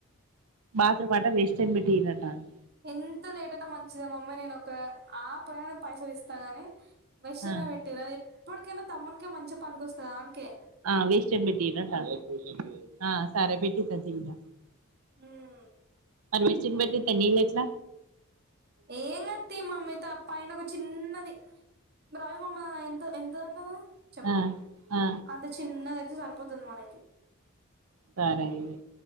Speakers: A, on the right; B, on the right.
A: బాత్రూమ్ అట వెస్టర్న్ పెటియర్రి అంటాంది
B: ఎంత లేటయినా మంచిదే మమ్మీ నేను ఒక ఆహ్ పని పైసలు ఇస్త గని వెస్టన్నె
A: ఆ
B: పెటియురి అది ఎప్పటికైనా తమ్మున్కే మంచిగ పనికొస్తది వానికే
A: అహ్ వేస్టన్ పేట్టియూరి అంటాంది అహ్ సరే పెట్టితతియ్ బిడ్డ
B: ఊమ్
A: వెస్ట్రన్ పెట్టిస్తే నేనేట్ల
B: ఏం లేధుతి మమ్మీతో పైనొక ఒక చిన్నది బ్రావి మామ ఎంత ఎంత దున్నదాది చెప్పు
A: ఆ ఆ
B: అంత చిన్నదయితే సరిప్ పోతది మనకి
A: సరే ఇది